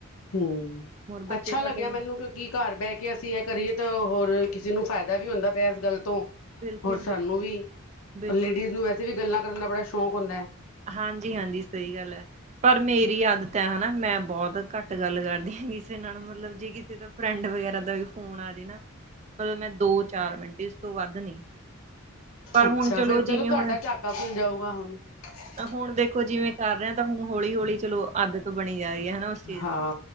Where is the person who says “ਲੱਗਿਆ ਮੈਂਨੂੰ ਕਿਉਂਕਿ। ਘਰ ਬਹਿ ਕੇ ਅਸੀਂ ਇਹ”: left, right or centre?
Left